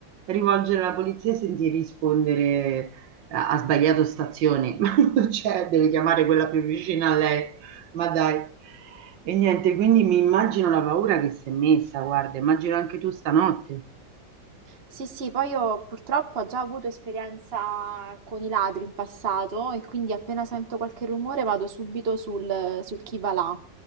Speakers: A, on the right (about 85°); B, on the right (about 35°).
A: rivolgere alla polizia e sentire rispondere ha ha sbagliato stazione, <laughs> ma non c'è, deve chiamare quella più vicina a lei, ma dai. E niente, quindi mi immagino la paura che si è messa, guarda, immagino anche tu stanotte.
B: Sì, sì, poi io purtroppo ho già avuto esperienza con i ladri in passato e quindi appena sento qualche rumore vado subito sul, sul chi va là.